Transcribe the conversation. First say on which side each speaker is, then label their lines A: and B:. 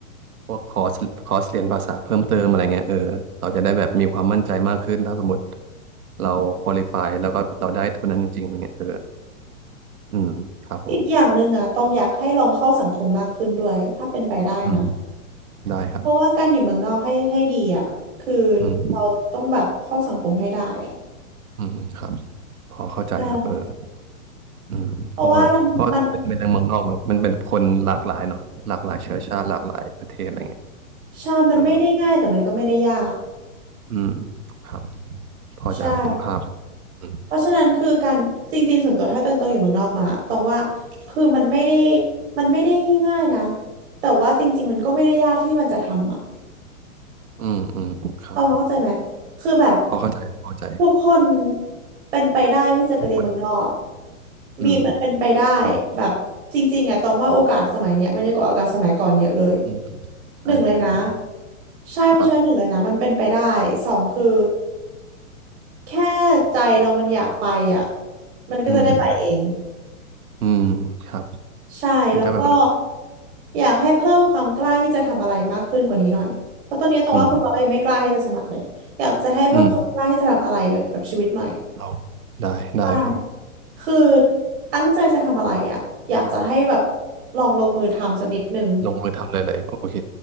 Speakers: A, on the right; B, on the right.
A: พวกคอร์สคอร์สเรียนภาษาเพิ่มเติมอะไรเงี้ยเออเราจะได้แบบมีความมั่นใจมากขึ้น ถ้าสมมติเราควอลิฟายแล้วก็เราได้ทุนนั้นจริงๆอะไรเงี้ยเอออืมครับผม
B: อีกอย่างหนึ่งอ่ะต้องอยากให้ลองเข้าสังคมมากขึ้นด้วยถ้าเป็นไปได้นะ
A: อืมได้ครับ
B: เพราะว่าการอยู่เมืองนอกให้ให้ดีอ่ะ คือ
A: อืม
B: เราต้องแบบเข้าสังคมให้ได้อ่ะ
A: อืมครับพอเข้าใจครับเออ
B: ใช่
A: อืมเพราะว่าแบบเพราะเป็นเป็นเรื่องเมืองนอกมันมันเป็นคนหลากหลายเนาะหลากหลายเชื้อชาติหลากหลายประเทศอะไรเงี้ย
B: เพราะว่าเรามันใช่มันไม่ได้ง่ายแต่มันก็ไม่ได้ยาก
A: เอออืมครับพอจะเห็นภาพละอืม
B: ใช่เพราะฉะนั้นคือการจริงๆส่วนตัวถ้าตองตองอยู่เมืองนอกมาตองว่า คือมันไม่ได้มันไม่ได้ง่ายนะแต่ว่าจริงๆมันก็ไม่ได้ยากที่มันจะทำอ่ะ
A: อืมอืมครับ
B: เอาเข้าใจไหมคือแบบ
A: พอเข้าใจพอเข้าใจ
B: ทุกคนเป็นไปได้ที่จะไปเรียนเมืองนอก
A: ทุกคนอืม
B: มีมันเป็นไปได้แบบจริงๆอ่ะตรงว่าโอกาสสมัยเนี้ยมันเยอะกว่าโอกาสสมัยก่อนเยอะเลย
A: อืมอืมใช่เออ
B: หนึ่งเลยนะใช่เพราะฉะนั้นหนึ่งเลยนะมันเป็นไปได้สองคือ
A: ครับ
B: แค่ใจเรามันอยากไปอ่ะมันก็จะได้ไปเอง
A: อืมอืมครับ
B: ใช่แล้วก็
A: คือถ้าแบบเออ
B: อยากให้เพิ่มความกล้าที่จะทำอะไรมากขึ้นกว่านี้หน่อยเพราะตอนนี้ตรงว่าคุณบอก็ยังไม่กล้าที่จะสมัครเลยอยากจะให้เพิ่มความกล้าที่จะทำอะไรเกี่ยวกับชีวิตหน่อย
A: อืมอืมเราได้ได้ครับ
B: ใช่คือตั้งใจจะทำอะไรอ่ะอยากจะให้แบบลองลงมือทำสักนิดหนึ่ง
A: ลงมือทำเลยเลยโอเค